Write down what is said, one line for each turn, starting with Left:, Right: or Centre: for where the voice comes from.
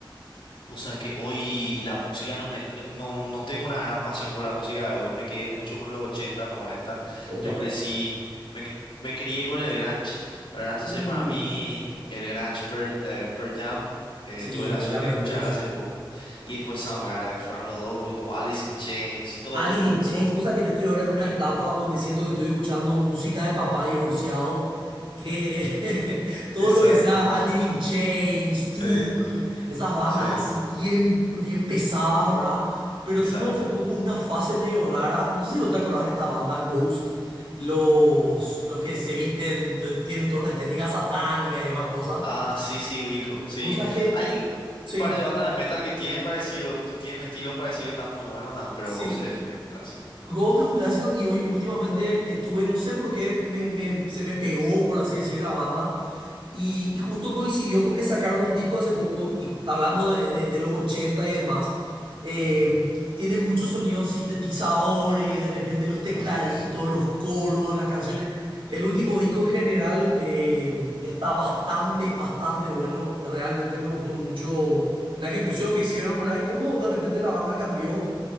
Left: O sea que hoy la música no me, no, no, no tengo una gran pasión por la música. Hoy me quedé mucho con los 80, 90.
Right: Opa,
Left: Yo crecí, me, me crié con el grunge, ¿verdad? Entonces
Right: uh,
Left: para mí el grunge per, eh, Pearl Jam, eh,
Right: sí,
Left: tuve la
Right: Pearl
Left: suerte
Right: Jam
Left: de
Right: hermoso.
Left: escucharla hace poco. Y después Soundgarden, fueron los dos grupos,
Right: Uf.
Left: Alice in Chains, todos
Right: Alice
Left: estos grupos.
Right: in Chains, o sea que yo estoy ahora en una
Left: eh,
Right: etapa donde siento que estoy escuchando música de papá divorciado, que <laughs> todo
Left: Exacto,
Right: lo que sea Alice in Chains,
Left: sí,
Right: Tool, esas bandas
Left: sí,
Right: así bien, bien pesadas, ¿verdad? Pero
Left: exacto.
Right: tuve hace poco una fase medio rara, no sé si vos te acordás de esta banda Ghost, los, los que se visten, t- tienen toda una estética satánica y demás cosas.
Left: Ah, sí, sí, ubico. Sí.
Right: Vos sabés que,
Left: Hay
Right: sí,
Left: un par de bandas de metal que tienen parecido, que tienen estilos parecidos que están muy buenos, nada, pero
Right: sí.
Left: Ghost es eh, clásico.
Right: Ghost es un clásico y hoy últimamente estuve, no sé por qué, me, me- se me pegó, por así decir, la banda. Y, y justo coincidió con que sacaron un disco hace poco, y hablando de, de- de los 80 y demás, eh,
Left: Ujú.
Right: tienen muchos sonidos sintetizadores, de repente los tecladitos,
Left: Ah,
Right: los coros, las canciones.
Left: sí,
Right: El último disco en general eh, está bastante, bastante bueno. Realmente me gustó mucho la ejecución que hicieron, ¿verdad? Y cómo de repente la banda cambió